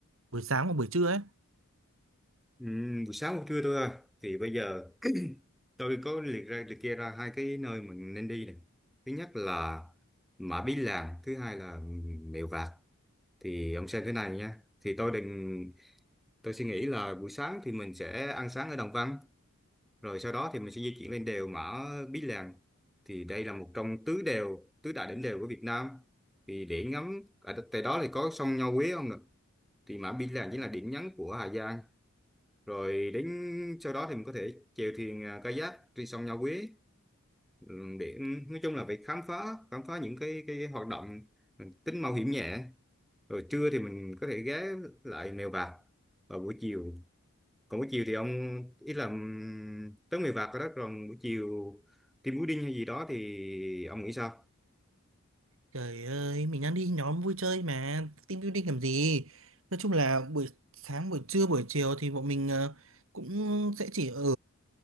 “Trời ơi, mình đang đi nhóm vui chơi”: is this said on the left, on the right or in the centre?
Right